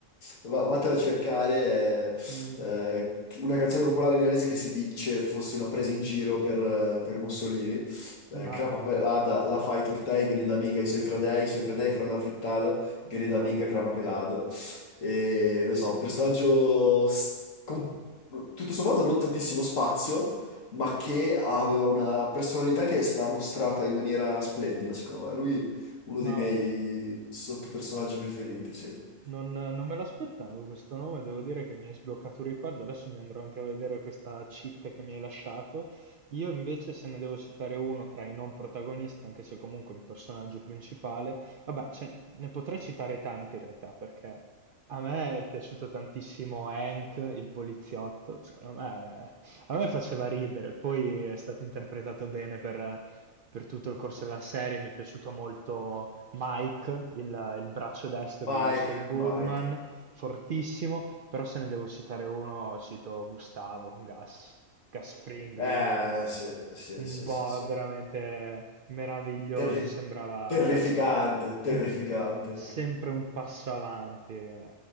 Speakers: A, on the left; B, on the right.
A: va- vattene a cercare
B: Mm,
A: eh, chi- una canzone popolare milanese che si dice fosse una presa in giro per, eh, per Mussolini. Eh,
B: no,
A: crapa pelada, la fai turtei, gene da minga i suoi fratei, i suoi fratei fra una frittata, gene da
B: ma
A: minga
B: va.
A: crapa pelada. E, lo so, un personaggio s- con tutto sommato non tantissimo spazio, ma che aveva una personalità che è stata mostrata in maniera splendida, secondo me. Lui uno dei
B: Ma
A: miei
B: va.
A: sottopersonaggi preferiti, sì.
B: Non, non me l'aspettavo questo nome, devo dire che mi hai sbloccato un ricordo, adesso mi andrò anche a vedere questa cheat che mi hai lasciato. Io invece se ne devo citare uno tra i non protagonisti, anche se comunque un personaggio principale, vabbè, ce- ne potrei citare tanti in realtà, perché a me è piaciuto tantissimo Hank, il poliziotto, secondo me, a me faceva ridere, poi è stato interpretato bene per per tutto il corso della serie. Mi è piaciuto molto Mike, il, il braccio destro
A: Mike,
B: di Saul Goodman,
A: Mike.
B: fortissimo, però se ne devo citare uno, cito Gustavo, Gas, Gas Fring,
A: Eh,
B: lui
A: sì, sì,
B: un
A: sì,
B: boh
A: sì, sì.
B: veramente meraviglioso,
A: Terri-
B: sembrava
A: terrificante,
B: se-
A: terrificante.
B: un- sempre un passo avanti. Eh,